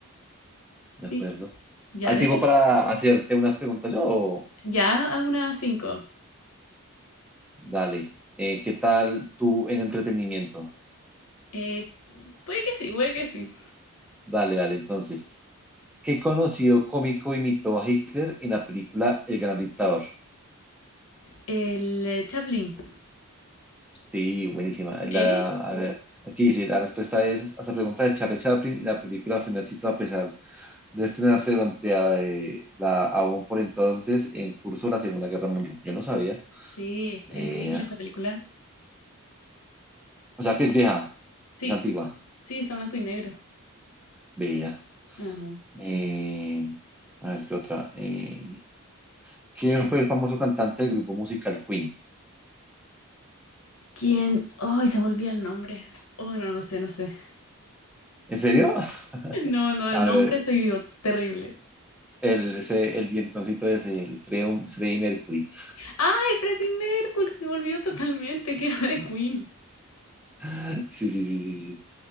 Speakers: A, in the centre; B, on the left (about 80°).
A: de
B: Sí,
A: acuerdo.
B: ya,
A: ¿Hay
B: démosle.
A: tiempo para hacerte unas preguntas yo?
B: Ya a unas cinco.
A: Dale. Eh, ¿qué tal tú en entretenimiento?
B: Eh, puede que sí, puede que sí.
A: Dale, dale, entonces. ¿Qué conocido cómico imitó a Hitler en la película El Gran Dictador?
B: El eh, Chaplin.
A: Sí, buenísima. La-
B: ¿Eh?
A: a ver, aquí dice, la respuesta es a esta pregunta de Charlie Chaplin y la película fue un éxito a pesar de estrenarse durante eh, la, aún por entonces en curso la Segunda Guerra Mundial. Yo no sabía.
B: Sí,
A: Vea.
B: es increíble esa película.
A: O sea que es vieja,
B: Sí,
A: es antigua.
B: sí, está en blanco y negro.
A: Vea.
B: Ajá.
A: Eh, a ver, ¿qué otra? Eh, ¿quién fue el famoso cantante del grupo musical Queen?
B: ¿Quién? Ay, se me olvida el nombre. Oh, no, no sé, no sé. <laughs>
A: ¿En serio? <laughs>
B: No, no,
A: A
B: el nombre
A: ver,
B: soy yo, terrible.
A: El, ese, el dientoncito ese el Freum- Freddie Mercury. <gasps>
B: ¡Ay, Freddie Mercury! Se me olvidó totalmente que era de Queen.
A: <laughs> Sí, sí, sí, sí, sí.